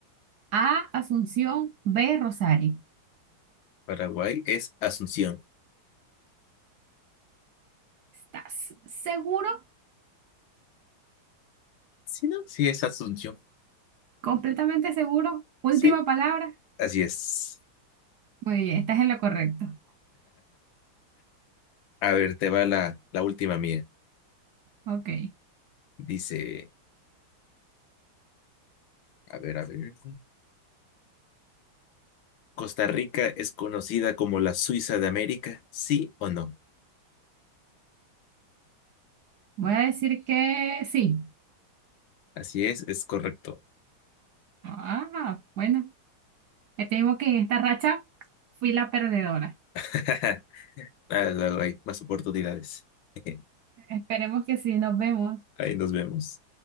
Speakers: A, on the right (about 70°); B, on the left (about 75°).
A: A, Asunción, B, Rosario.
B: Paraguay es Asunción.
A: ¿Estás seguro?
B: ¿Sí, no? Sí es Asunción.
A: ¿Completamente seguro? Última
B: Sí,
A: palabra.
B: así es.
A: Muy bien, estás en lo correcto.
B: A ver, te va la, la última mía.
A: Ok,
B: Dice, a ver, a ver. ¿Costa Rica es conocida como la Suiza de América? ¿Sí o no?
A: voy a decir que sí.
B: Así es, es correcto.
A: Ah, bueno, te digo que en esta racha fui la perdedora.
B: <laughs> Ah, luego hay más oportunidades. <laughs>
A: Esperemos que sí, nos vemos.
B: Ahí nos vemos.